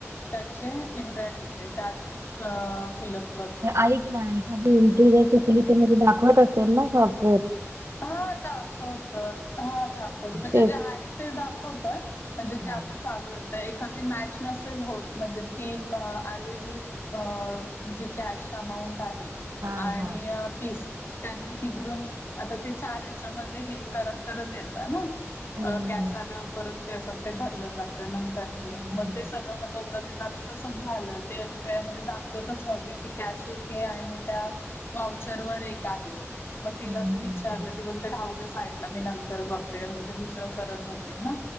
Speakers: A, on the left (about 50°); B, on the right (about 60°).
A: त्याचे इंटरॅक्ट घेते त्यात फिलप.
B: ऐक ना एखादी एंट्री जर चुकली तर म ते दाखवत असेल ना ग.
A: हा दाखवत हा दाखवत म्हणजे
B: तेच
A: जे आहे ते दाखवतय. म्हणजे जे
B: हा
A: आता चालू येतं एखादी मॅच नसेल होत म्हणजे ती अ आलेली. अ जी कॅश अमाऊंट आहे.
B: हा
A: आणि
B: हा.
A: पिस त्यांनी तिकडून. आता ते चार ह्याच्यामध्ये हे करत करत येतं ना
B: हं, हं,
A: कॅश आला परत. त्याचं ते भरलं जातं नंतर हे
B: हं,
A: मग ते सगळं मग दोनदा तीन आत. तसच झालं ते त्यामध्ये दाखवतच नव्हते ते कॅशे एक हे आहे आणि त्या. वाहूचर वर एक आहे मग तिला
B: हं,
A: ते
B: हं,
A: विचारलं
B: हं.
A: ती बोलते थांब. राहूदे साईड मी नंतर बघते कारण ते दुसरं करत होते ना